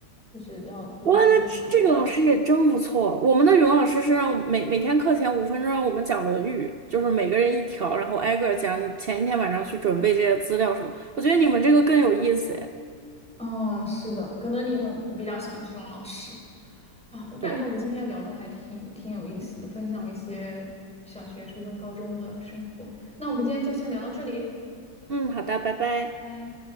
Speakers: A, in the centre; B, on the right.
A: 就是要轮流介绍。
B: 哇，那这这个老师也真不错。我们的语文老师是让我每每天课前五分钟让我们讲《论语》，就是每个人一条，然后挨个儿讲你前一天晚上去准备这些资料什么。我觉得你们这个更有意思哎。
A: 嗯，是的，可能你很比较喜欢这种老师啊。我感觉我们今天聊的还挺挺有意思的，
B: 对，
A: 分享了一些小学、初中、高中的生活。那我们今天就先聊到这里，
B: 嗯，好的，拜拜。
A: 拜拜。